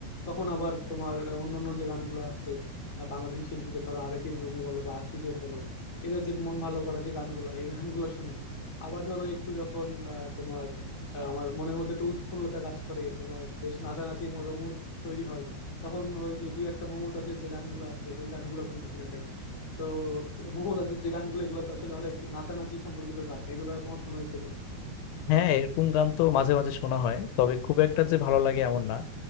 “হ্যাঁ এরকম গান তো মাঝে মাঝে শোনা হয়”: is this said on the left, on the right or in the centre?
Left